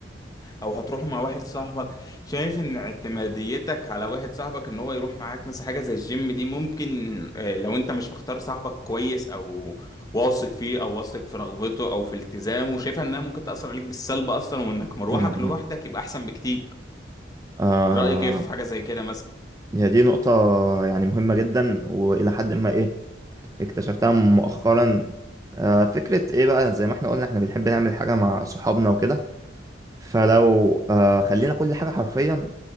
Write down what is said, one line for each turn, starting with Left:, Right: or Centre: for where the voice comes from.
Left: أو هتروح مع واحد صاحبك شايف إن اعتماديتك على واحد صاحبك إن هو يروح معاك مثلا حاجة زي الجيم دي ممكن آه، لو أنت مش مختار صاحبك كويس أو واثق فيه أو واثق في رغبته أو في التزامه شايفها إنها ممكن تأثر عليك بالسلب أصلا وإنك مروحك
Right: م-
Left: لوحدك
Right: م.
Left: يبقى أحسن بكتير
Right: آه
Left: رأيك إيه في حاجة زي كده
Right: هي دي نقطة يعني مهمة جدا وإلى حد ما إيه اكتشفتها مؤخرا آه فكرة إيه بقى زي ما إحنا قلنا إحنا بنحب نعمل حاجة مع صحابنا وكده فلو آه خلينا كل حاجة حرفيا